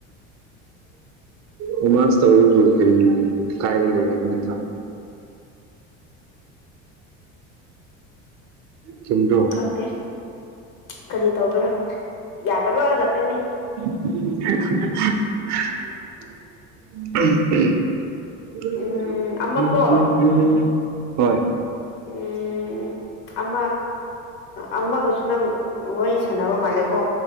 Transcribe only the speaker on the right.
ꯔꯣꯃꯥꯟꯁ ꯇꯧꯕꯕꯨ ꯀꯔꯤ ꯀꯥꯏꯕ ꯂꯩꯔꯒꯦ ꯅꯠꯇ꯭ꯔꯥ ꯆꯨꯝꯗ꯭ꯔꯣ
<inaudible> <inaudible> ꯎ ꯎꯝ
ꯎꯝ
ꯍꯣꯏ